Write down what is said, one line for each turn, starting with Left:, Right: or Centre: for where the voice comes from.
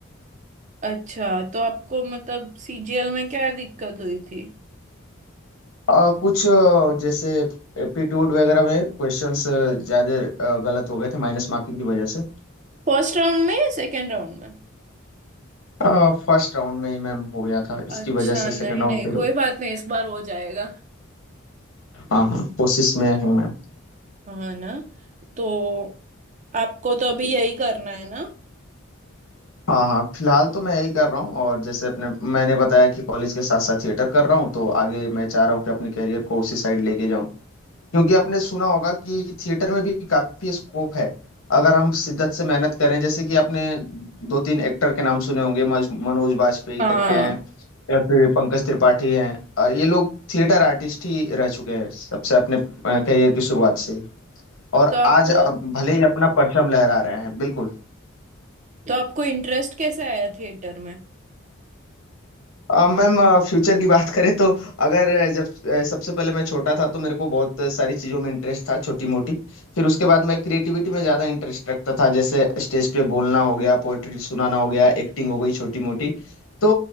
Right: अच्छा तो आपको मतलब सीजीएल में क्या दिक्कत हुई थी
Left: आ, कुछ आ, जैसे एप्टीट्यूड वगैरह में क्वेश्चंस ज़्यादा आ, गलत हो गए थे माइनस मार्किंग की वजह से
Right: फर्स्ट राउंड में या सेकेंड राउंड में
Left: आ, फर्स्ट राउंड में ही मैम हो गया था इसकी
Right: अच्छा
Left: वजह से सेकंड
Right: नहीं
Left: राउंड
Right: नहीं
Left: फिर
Right: कोई बात नहीं इस बार हो जाएगा
Left: हाँ हाँ कोशिश में हूँ मैम
Right: हाँ ना तो आपको तो अभी यही करना है ना
Left: हाँ हाँ फिलहाल तो मैं यही कर रहा हूँ और जैसे अपने मैंने बताया कि कॉलेज के साथ साथ थिएटर कर रहा हूँ तो आगे मैं चाह रहा हूँ कि अपने करियर को उसी साइड लेके जाऊँ क्योंकि आपने सुना होगा कि थिएटर में भी काफी स्कोप है अगर हम शिद्दत से मेहनत करें जैसे कि आपने दो तीन एक्टर के नाम सुने होंगे मज- मनोज बाजपेयी
Right: हाँ
Left: करके हैं या फिर पंकज त्रिपाठी हैं अ, ये लोग थिएटर आर्टिस्ट ही रह चुके हैं सबसे अपने करियर की शुरुआत से ही और
Right: तो आपको
Left: आज अब भले ही अपना परचम लहरा रहे हैं बिल्कुल
Right: तो आपको इंटरेस्ट कैसे आया थिएटर में
Left: अ, मैम अ, फ्यूचर की बात करें तो अगर अ, जब अ, सबसे पहले मैं छोटा था तो मेरे को बहुत सारी चीज़ों में इंटरेस्ट था छोटी मोटी फिर उसके बाद मैं क्रिएटिविटी में ज़्यादा इंटरेस्ट रखता था जैसे स्टेज पे बोलना हो गया पोएट्री सुनाना हो गया एक्टिंग हो गई छोटी मोटी तो